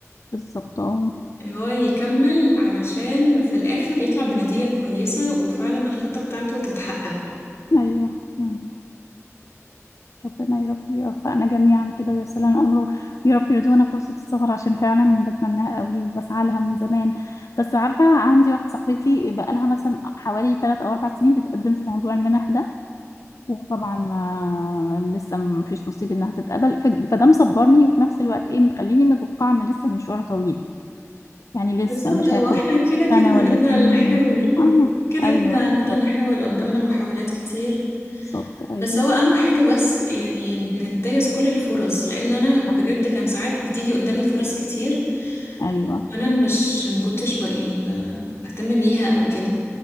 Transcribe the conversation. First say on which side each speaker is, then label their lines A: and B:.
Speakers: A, on the left; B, on the left.
A: بالظبط اه
B: ان هو يكمل علشان في الاخر يطلع بنتيجه كويسه وفعلا الخطه بتاعته تتحقق
A: أيوه أيوه ربنا يا رب يوفقنا جميعا كده وييسر لنا الامر ويا رب يرزقنا فرصه السفر عشان فعلا بتمناها قوي وبسعى لها من زمان بس عارفه عندي واحده صاحبتي بقى لها مثلا حوالي 3 او 4 سنين بتقدم في موضوع المنح ده وطبعا ما لسه ما فيش نصيب انها تتقبل ف- فده مصبرني وفي نفس الوقت ايه مخليني متوقعه ان لسه المشوار طويل يعني لسه
B: بالظبط
A: مش
B: هو
A: هياخد
B: احنا كده
A: سنه
B: كده
A: ولا
B: هنفضل
A: اتنين
B: نحاول
A: اه
B: كده
A: ايوه
B: كده هنفضل
A: بالظبط
B: نحاول قدامنا محاولات كتير
A: بالظبط ايوه
B: بس هو اهم حاجة بس يعني ننتهز كل الفرص لان انا بجد
A: صح
B: كان ساعات بتيجي قدامي فرص كتير
A: ايوه
B: وانا مش مكنتش ب... يعني ب... بهتم بيها او كده